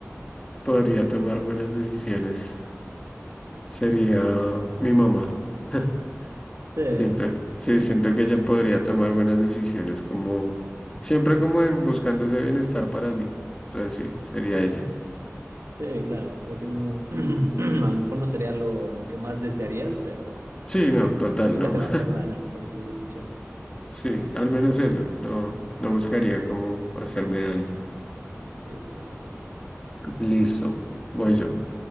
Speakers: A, on the left (about 15°); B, on the right (about 70°).
A: podría tomar buenas decisiones sería mi mamá. <laughs>
B: sí,
A: Siento, sí, siento que ella podría tomar buenas decisiones como, siempre como en buscando ese bienestar para mí. Entonces sí, sería ella.
B: sí, claro. Creo que no, <clears throat> a lo mejor no sería lo, lo que más desearías, pero
A: Sí, no,
B: ah,
A: total,
B: nunca
A: no.
B: te
A: <laughs>
B: va a hacer daño con sus decisiones.
A: Sí, al menos eso. No, no buscaría cómo hacerme daño.
B: Sí, tienes razón.
A: Listo, voy yo.